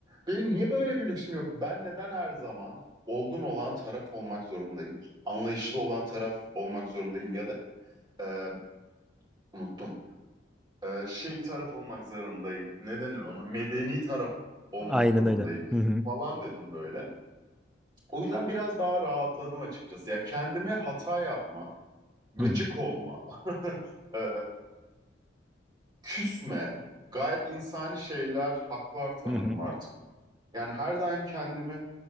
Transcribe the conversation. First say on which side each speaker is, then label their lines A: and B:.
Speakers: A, on the right; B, in the centre.
A: Benim niye böyle bir lüksüm yok? Ben neden her zaman olgun olan taraf olmak zorundayım. Anlayışlı olan taraf olmak zorundayım ya da e, unuttum. E, şey taraf olmak zorundayım. Ne denir ona? Medeni taraf olmak
B: Aynen
A: zorundayım
B: öyle. Hı hı.
A: falan dedim böyle. O yüzden biraz daha rahatladım açıkçası. Ya kendime hata yapma, gıcık
B: Hı hı.
A: olma, <laughs> e, küsme, gayet insani şeyler, haklar tanıdım
B: Hı hı.
A: artık. Yani her daim kendimi